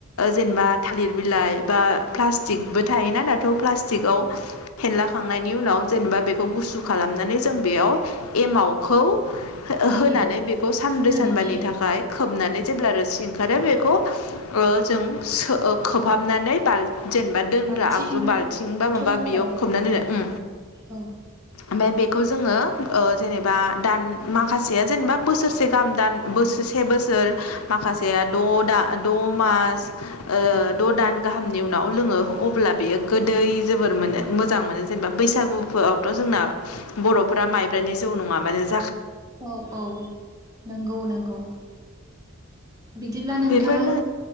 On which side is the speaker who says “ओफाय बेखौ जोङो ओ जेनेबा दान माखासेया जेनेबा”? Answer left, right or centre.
Left